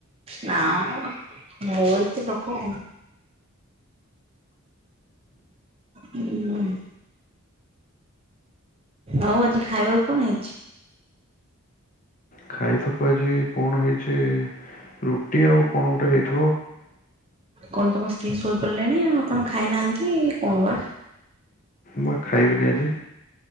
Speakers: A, on the right; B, on the left.
A: ନାମ ବୋହୁତ ଲୋକ। ହୁଁ। ଆଉ ଆଜି ଖାଇବାକୁ କଣ ହେଇଚି?
B: ଖାଇବାକୁ ଆଜି କଣ ହେଇଚି ରୁଟି ଆଉ କଣ ଗୋଟେ ହେଇିଥି
A: କଣ ତମ ସ୍ତ୍ରୀ ଶୋଇପଡିଲେଣି ଆପଣ ଖାଇନାହାନ୍ତି କଣ ବା?
B: ମୁଁ ପା ଖାଇବିନି ଆଜି